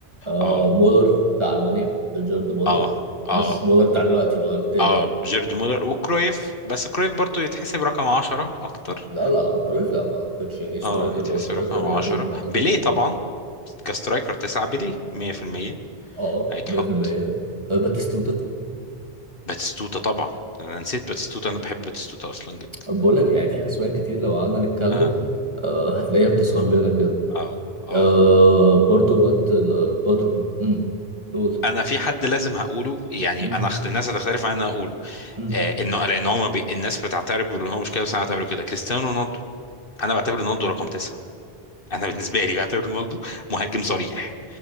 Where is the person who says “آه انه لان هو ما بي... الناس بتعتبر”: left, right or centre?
Left